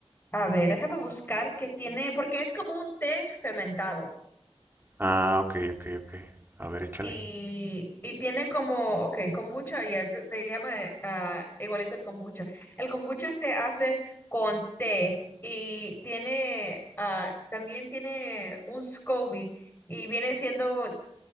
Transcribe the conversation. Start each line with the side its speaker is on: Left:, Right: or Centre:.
Left: A ver, déjame buscar qué tiene, porque es como un té fermentado.
Right: Ah, ok, ok, ok. A ver, échale.
Left: Y, y tiene como, ok, kombucha, ya se, se llama eh, ah, igualito el kombucha. El kombucha se hace con té y tiene, ah, también tiene un SCOBY y viene siendo